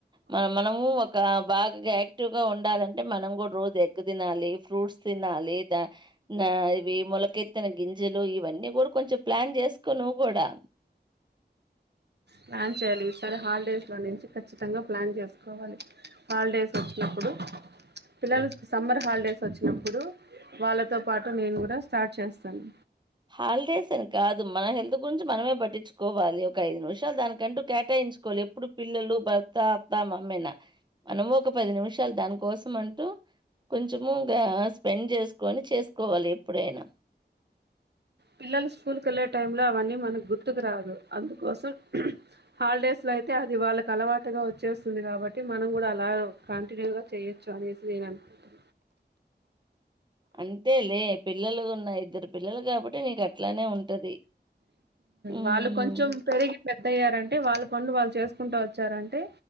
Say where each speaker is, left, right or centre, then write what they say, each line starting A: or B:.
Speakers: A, on the right; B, on the right.
A: మన మనము ఒక బాగా యాక్టివ్ గా ఉండాలంటే మనం కూడా రోజు ఎగ్ తినాలి ఫ్రూట్స్ తినాలి దా నా ఇవి మోలకె తిన గింజలు ఇవన్నీ కూడా కొంచెం ప్లాన్ చేసుకో నువ్వు కూడా
B: ప్లాన్ చెయాలి ఈసారి హాలిడేస్ లో నుంచి ఖచ్చితంగా ప్లాన్ చేసుకోవాలి హాలిడేస్ వచ్చినప్పుడు పిల్లలకి సమ్మర్ హాలిడేస్ అచ్చినప్పుడు వాళ్ళతో పాటు నేను కూడా స్టార్ట్ చేస్తాను
A: హాలిడేస్ అని కాదు మన హెల్త్ గురించి మనమే పట్టిచుకోవాలి ఒక ఐదు నిమిషాలు దానికంటూ కేటాయి సుకోవాలి ఎప్పుడు పిల్లలు భర్త అత్త మామ్మేనా మనము ఒక పది నిమిషాలు దాని కోసం అంటూ కొంచము గా స్పెండ్ చేసుకొని చేసుకోవాలి ఎప్పుడైనా
B: పిల్లలు స్కూల్కి వెళ్ళే టైం లో అవన్నీ మనకు గుర్తుకు రాదు అందుకోసం హాలిడేస్ లో అయితే అది వాళ్ళకి అలవాటుగా వచ్చేస్తుంది కాబట్టి మనం కూడా అలా కంటిన్యూ గా చెయొచ్చు అనేసి నేను అనుకుంటున్నా
A: అంతేలే పిల్లలు ఉన్న ఇద్దరు పిల్లలు కాబట్టి నీకు అట్లానే ఉంటది హ్మ్.
B: వాళ్ళు కొంచెం పెరిగి పెద్దయ్యారంటే వాళ్ళు పన్నులు వాళ్ళు చేసుకుంటా వచ్చారంటే